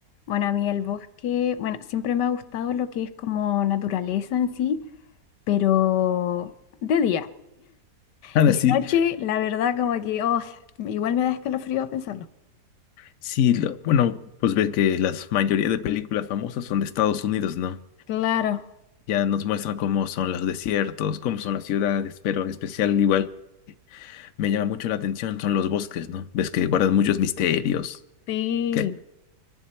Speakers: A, on the left; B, on the left.
A: bueno, a mí el bosque, bueno, siempre me ha gustado lo que es como naturaleza en sí, pero de día.
B: Nada,
A: De
B: sí,
A: noche, la verdad, como que, oh, igual me da escalofrío pensarlo.
B: sí, lo- bueno, pues ves que la mayoría de películas famosas son de Estados Unidos, ¿no?
A: Claro,
B: Ya nos muestran cómo son los desiertos, cómo son las ciudades, pero en especial igual me llama mucho la atención son los bosques, ¿no? Ves que guardan muchos misterios,
A: sí.
B: que